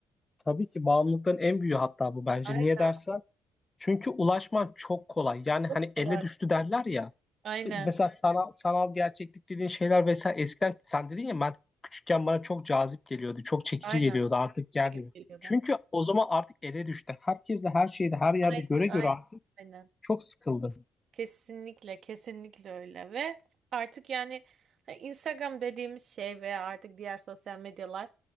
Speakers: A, on the left; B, on the right.
A: Tabii ki bağımlılıkların en büyüğü hatta bu bence.
B: Aynen.
A: Niye dersen? Çünkü ulaşman çok kolay. Yani
B: Çok
A: hani
B: kolay.
A: elle düştü derler ya.
B: Aynen.
A: Mesela sanal, sanal gerçeklik dediğin şeyler vesaire eskiden sen dedin ya ben küçükken bana çok cazip geliyordu. Çok çekici
B: Aynen.
A: geliyordu.
B: Bu
A: Artık gelmiyor.
B: şekilde geliyordu.
A: Çünkü o zaman artık ele düştü. Herkesle her şeyde her yerde
B: Aynen.
A: göre
B: Aynen.
A: göre artık
B: Aynen.
A: çok sıkıldım.
B: Kesinlikle, kesinlikle öyle ve artık yani hani Instagram dediğimiz şey veya artık diğer sosyal medyalar